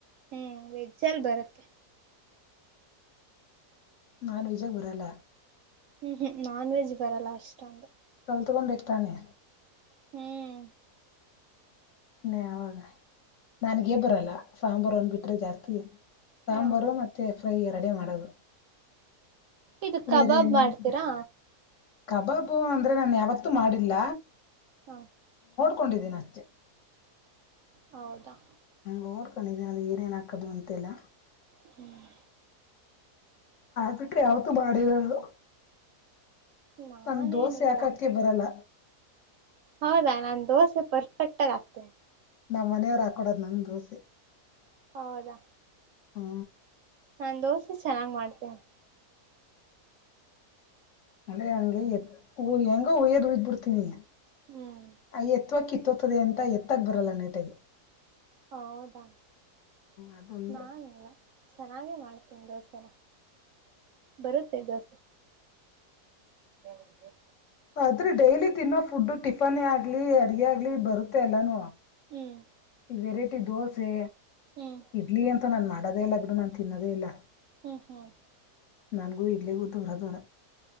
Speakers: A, on the right (about 70°); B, on the left (about 60°).
A: ಹ್ಮ್ ವೆಜ್ಜಲ್ ಬರತ್ತೆ.
B: ನಾನ್ ವಿಜಯಗರಲ
A: ಹ್ಮ್ ಹ್ಮ್ ನಾನ್ ವೆಜ್ ಬರಲ್ಲ ಅಷ್ಟೊಂದು
B: ಕತ್ಕೋಬೇಕು ತಾನೇ
A: ಹ್ಮ್
B: ಇ ಅವಾಗ ನನ್ಗೇ ಬರಲ್ಲ ಸಾಂಬಾರು ಅಂದಬಿಟ್ರೆ ಜಾಸ್ತಿ ಸಾಂಬಾರು
A: ಹ
B: ಮತ್ತೆಫ್ರೈ ಎರಡೆ ಮಾಡೋದು
A: ಇದು ಕಬಾಬ್
B: ಬೇರೆ ಏನೇನು
A: ಮಾಡ್ತೀರಾ
B: ಕಬಾಬು ಅಂದ್ರೆ ನಾನ ಯಾವತ್ತೂ ಮಾಡಿಲ್ಲ
A: ಹಾ
B: ಕೊಂಡಿದ್ದೀನ ಅಷ್ಟೆ
A: ಹೌದಾ
B: ನೋಡ್ಕೊಂಡಿಧಿನಿ ಏನ್ ಏನ್ ಹಾಕೋದು ಅಂತ ಯಲ್ಲ
A: ಹ್ಮ್.
B: ಬಿಟೆ ಯಾವತ್ತುೂ ಮಾಡೇಯಿಲ್ಲ ನಾನು.
A: ನಾನೇನಿಲ್ಲ
B: ತಂಗ ದೋಸೆ ಯಾಕಕ್ಕೆ ಬರಲ್ಲ
A: ಹೌದಾ ನಾನ್ ದೋಸೆ ಪರ್ಫೆಕ್ಟ್ಗ ಆಗ್ತೇನೆ
B: ನಮ್ಮ್ ಮನೆಯವರು ಹಾಕೊಡೋದ್ ನಂ ದೋಸೆ
A: ಹೌದಾ
B: ಹಾ
A: ನಾನ್ ದೋಸೆ ಚೆನ್ನಾಗ್ ಮಾಡ್ತೆೇನೆ
B: ಅಂದ್ರೆ ಹಂಗೆ ಎತ್ ಹೆಂಗ ಹಯ್ಯದ್ ಹಯ್ದ್ ಬಿಡ್ತೀನಿ
A: ಹ್ಮ್
B: ಅಯ ಎತ್ ಇತ್ವಾ ಕಿತ್ತತದೆ ಅಂತ ಎತ್ತಕ್ ಬರಲ್ಲ ನೇಟಗೆ
A: ಹೌದಾ
B: ಅದೊಂದು
A: ನಾನಲ್ಲ ಚೆನ್ನಾಗೆ ಮಾಡ್ತೇನಿ ದೋಸೆನ ಬರುತ್ತೇ ದೋಸೆ ಹ ಹದು
B: ಆದ್ರೆ ಡೈಲಿ ತಿನ್ನೋ ಫುಡ್ ಟಿಫನ್ ಆಗ್ಲಿ ಅಡಗೆ ಆಗ್ಲಿ ಬರುತ್ತೆ ಅಲ್ಲಾನ
A: ಹ್ಮ್
B: ಈ ವೆರೈಟಿ ದೋಸೆ
A: ಹ್ಮ್
B: ಇಡ್ಲಿ ಅಂತ ನಾ ಮಾಡೋದೇ ಇಲ್ಲ ಬಿಡು ನಾನನ್ ತಿನ್ನೋದೇ ಇಲ್ಲ
A: ಹ್ಮ ಹ್ಮ್
B: ನನ್ಗೂ ಇಡ್ಲಿಗೂ ದೂರ ದೂರ